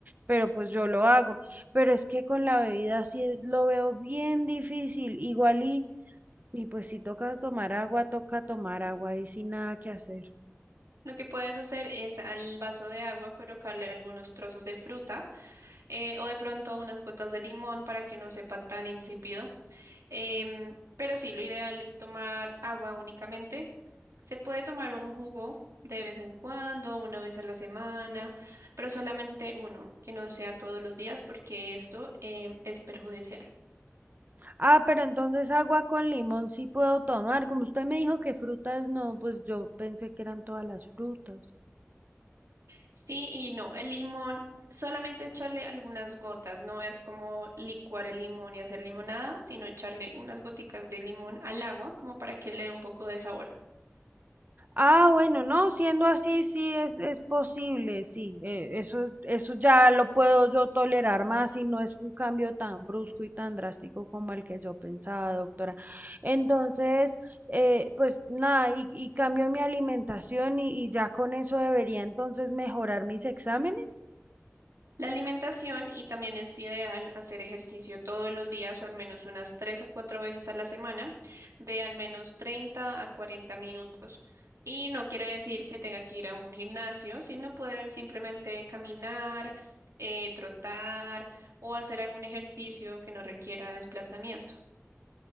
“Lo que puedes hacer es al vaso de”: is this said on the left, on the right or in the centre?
Right